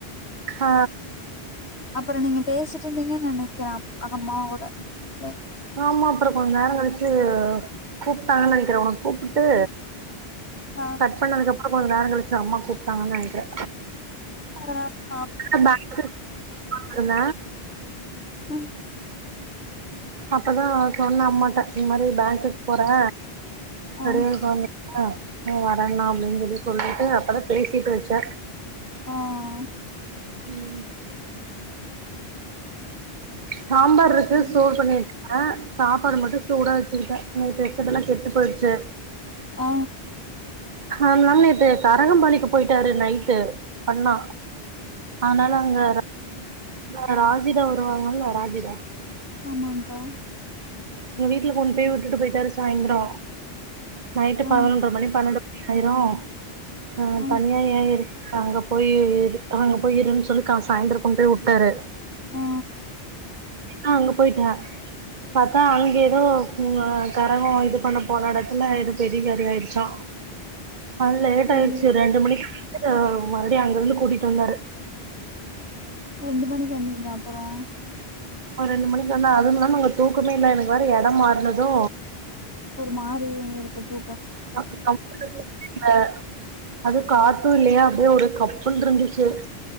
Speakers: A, on the right; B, on the left.
A: ஹ.
B: அப்புற நீங்க பேசிட்ருந்தீங்கன் நெனைக்கிறே அப் அம்மாவோட லை
A: ஆமா அப்புற கொஞ்ச நேரோ கழிச்சு கூப்ட்டாங்க நெனைக்கிறே உனுக் கூப்புட்டு
B: ஆ
A: கட் பண்ணதுக்கப்புறோ கொஞ்ச நேரங் கழிச்சி அம்மா கூப்ட்டாங்கன் நெனைக்றே.
B: அதனா
A: க்கா பேங்க்கு <inaudible> இல்ல
B: ம்
A: அப்பதா சொன்ன அம்மாட்ட இந் மாரி பேங்க்குக் போறே
B: ஆ
A: கறி எடுக்க வந்துட்டே இவ வரேன்னா அப்டின் சொல்லி சொல்லிட்டு அப்பதா பேசிட்டு வெச்சே.
B: அ அ.
A: ம். சாம்பார்ருக்கு
B: சேரி
A: சூடு பண்ணி வெ ச்சே சாப்பாடு மட்டு சூடா வெச்சுக்கிட்டே நேத்து வெச்சதெல்லா கெட்டு போயிட்ச்சு.
B: அ.
A: அதனால நேத்து கரகம்பாளிக்கு போயிட்டாரு நைட்டு அண்ணா. அதனால அங்க <inaudible> ந்த ராஜிதா வருவாங்கல்ல ராஜிதா.
B: ஆமாங்க்கா.
A: வுங்க வீட்ல கொண் போய் விட்டுட்டு போயிட்டாரு சாய்ந்ரோ. நைட்டு
B: ஆ
A: பதனொன்ற மணி பன்னெண்டு ஆயிரு அ
B: ஆ
A: தனியா ஏ இரு அங்க போயி இ இரு அங்க போய் இருன் சொல்லி க சாய்ந்தர கொண்டு போய் உட்டாரு.
B: ஆ
A: அ அங்க போயிட்டே. பாத்தா அங்க எதோ க்ங்க கரகோ இது பண்ண போன எடத்துல எதோ பெரிய காரியோ ஆயிர்ச்சா. அது லேட்
B: ஐயோ
A: ஆயிருச்சு ரெண்டு மணிக்கு <inaudible> மறுவுடியு அங்கருந்து கூட்டிட்டு வந்தாரு.
B: ரெண்டு மணிக் வந்தீங்ளா அப்புறோ.
A: அ ரெண்டு மணிக்கு வந்தே அதுமில்லாமா அங்க தூக்கமே இல்ல எனக்கு வேற எடம் மாறுனது
B: ஒரு மாரி இருந்திருக்கு தூ
A: <inaudible> இல்ல அது காத்து இல்லையா அப்டியே ஒரே கப்புன்ருந்துச்சு.